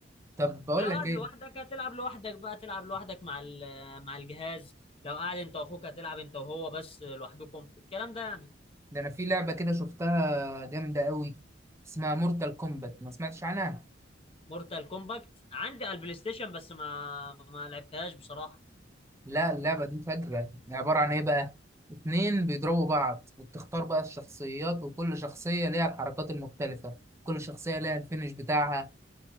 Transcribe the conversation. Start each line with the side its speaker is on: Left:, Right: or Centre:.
Right: طب بقول
Left: ولو
Right: لك
Left: قاعد
Right: ايه
Left: لوحدك هتلعب لوحدك بقى تلعب لوحدك مع ال- مع الجهاز لو قاعد انت واخوك هتلعب انت وهو بس لوحدكم الكلام ده يعني
Right: ده انا في لعبة كده شفتها جامدة قوي اسمها مورتال كومبات ما سمعتش عنها
Left: مورتال كومباكت عندي على البلاي ستيشن بس ما ما لعبتهاش بصراحة
Right: لا اللعبة دي فجرة عبارة عن ايه بقى اتنين بيضربوا بعض وبتختار بقى الشخصيات وكل شخصية ليها الحركات المختلفة كل شخصية ليها الفينش بتاعها